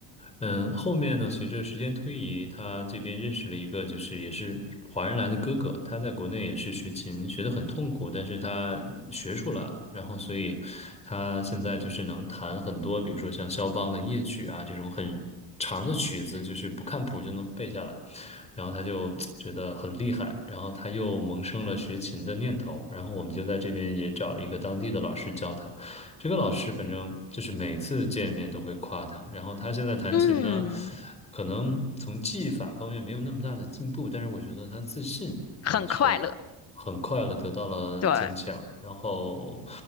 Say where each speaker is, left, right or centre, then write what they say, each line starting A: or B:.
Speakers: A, on the left; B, on the left.
A: 嗯，后面呢，随着时间推移，他这边认识了一个，就是也是华人来的哥哥，他在国内也是学琴，学得很痛苦，但是他学出来了，然后所以他现在就是能弹很多，比如说像肖邦的夜曲啊这种很长的曲子，就是不看谱就能背下来，然后他就 <tsk> 觉得很厉害，然后他又萌生了学琴的念头，然后我们就在这边也找了一个当地的老师教他。这个老师反正就是每次见面都会夸他，然后他现在弹琴呢，
B: 嗯，
A: 可能从技法方面没有那么大的进步，但是我觉得他自信啊，
B: 很快乐，
A: 却很快的得到了增强。
B: 对。
A: 然后